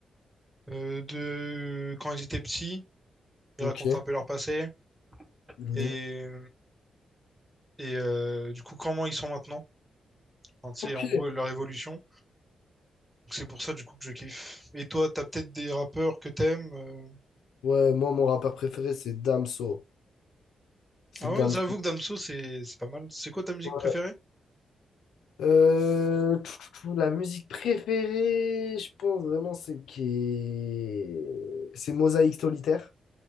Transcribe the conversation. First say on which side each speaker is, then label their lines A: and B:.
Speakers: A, in the centre; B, on the left (about 90°).
A: Euh, de quand ils étaient petits, ils
B: Ok.
A: racontent un peu leur passé
B: Mhm.
A: et, et euh, du coup comment ils sont maintenant. Enfin, tu sais,
B: Ok.
A: en gros, leur évolution. c'est pour ça du coup que je kiffe. Et toi, t'as peut-être des rappeurs que t'aimes. euh.
B: Ouais, moi, mon rappeur préféré, c'est Damso. C'est
A: Ah ouais,
B: Damso.
A: j'avoue que Damso, c'est c'est pas mal. C'est quoi ta musique
B: Ouais.
A: préférée?
B: Euh, tout, tout, tout, la musique préférée, je pense vraiment, c'est qui... C'est Mosaïque Solitaire.